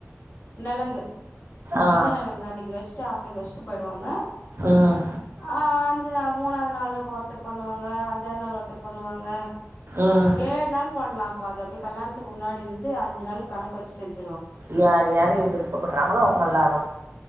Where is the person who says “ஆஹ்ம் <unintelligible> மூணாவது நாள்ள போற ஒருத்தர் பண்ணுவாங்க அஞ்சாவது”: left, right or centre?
Left